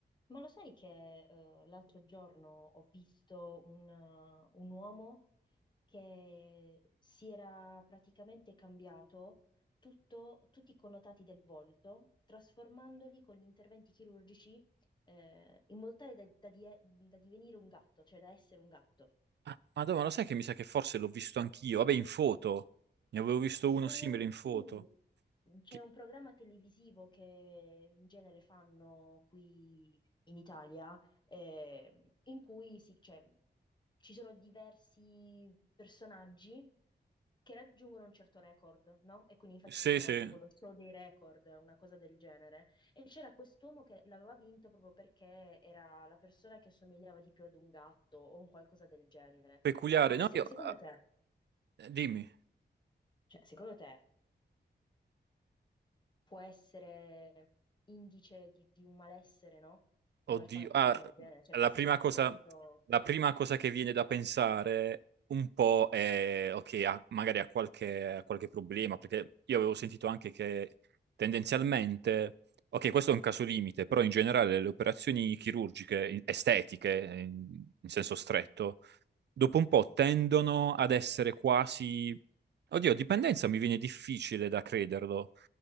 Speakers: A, on the left; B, on the right.
A: Ma lo sai che eh, l'altro giorno ho visto un, eh, un uomo che si era praticamente cambiato tutto- tutti i connotati del volto, trasformandoli con gli interventi chirurgici eh, in modo tale da, da die- da divenire un gatto, cioè da essere un gatto.
B: Ah, Madonna, lo sai che mi sa che forse l'ho visto anch'io? Vabbè, in foto. Ne avevo visto uno
A: Eh
B: simile
A: sì,
B: in foto.
A: C'è
B: Chi-
A: un programma televisivo che in genere fanno qui in Italia, eh, in cui si- cioè, ci sono diversi personaggi che raggiungono un certo record, no? E quindi infatti
B: Sì,
A: si chiama
B: sì,
A: tipo lo show dei record, una cosa del genere. E c'era quest'uomo che l'aveva vinto proprio perché era la persona che assomigliava di più ad un gatto o un qualcosa del genere.
B: peculiare.
A: Ma
B: No,
A: se-
B: io...
A: secondo
B: ah,
A: te,
B: dimmi.
A: cioè, secondo te può essere indice di, di un malessere, no? Dover
B: Oddio.
A: fare un qualcosa
B: Ah,
A: del genere. Cioè, tu
B: la
A: sei
B: prima
A: d'accordo?
B: cosa, la prima cosa che viene da pensare un po' è... Ok, ah, magari ha qualche, ha qualche problema, perché io avevo sentito anche che tendenzialmente... Ok, questo è un caso limite, però in generale le operazioni chirurgiche, in- estetiche, in in senso stretto dopo un po' tendono ad essere quasi... Oddio, dipendenza mi viene difficile da crederlo,